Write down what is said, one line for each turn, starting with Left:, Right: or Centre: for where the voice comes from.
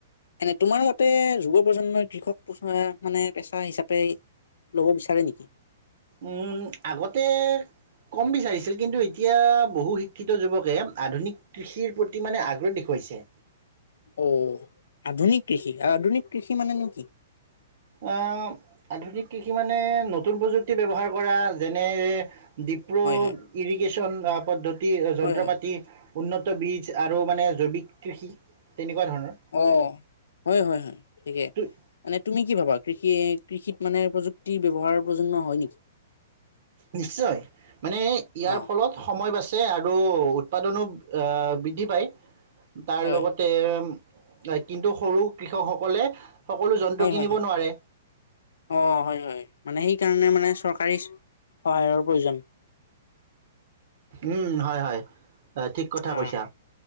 Left: এনে তোমাৰ মতে যুৱ প্ৰজন্মই কৃষক মানে পেচা হিচাপে লব বিচাৰে নেকি?
Right: উম আগতে কম বিচাৰিছিল কিন্তু এতিয়া বহু শিক্ষিত যুৱকে আধুনিক কৃষিৰ প্ৰতি মানে আগ্ৰহ দেখুৱাইছে
Left: অ আধুনিক কৃষি আৰু আধুনিক কৃষি মানেনো কি?
Right: আহ আধুনিক কৃষি মানে নতুন প্ৰযুক্তি ব্যৱহাৰ কৰা যেনে ডিপ্ৰো
Left: হয়, হয়,
Right: ইৰিগেশ্যন পদ্ধতি তি অই যন্ত্ৰ
Left: হয়, হয়,
Right: পাতি উন্নত বীজ আৰু মানে জৈৱিক কৃষি তেনেকুৱা ধৰণৰ
Left: অ হয় হয় হয় থিকে
Right: তো-
Left: মানে তুমি কি ভাবা কৃষি কৃষিত মানে প্ৰযুক্তিৰ ব্যৱহাৰ প্ৰজন্মৰ হয় নেকি
Right: নিশ্চয় মানে ইয়াৰ
Left: অ',
Right: ফলত সময় বাছি আৰু উৎপাদনো অ বৃদ্ধি পায় তাৰ
Left: হয়,
Right: লগতে হয় কিন্তু সৰু কৃষকসকলে সকলো যন্ত্ৰ
Left: হয়
Right: কিনিব
Left: হয় হয়
Right: নোৱাৰে
Left: অ হয় হয় মানে সেই স কাৰণে মানে চৰকাৰী সহায়ৰ প্ৰয়োজন
Right: উম হয় হয় বা ঠিক কথা
Left: অ',
Right: কৈছা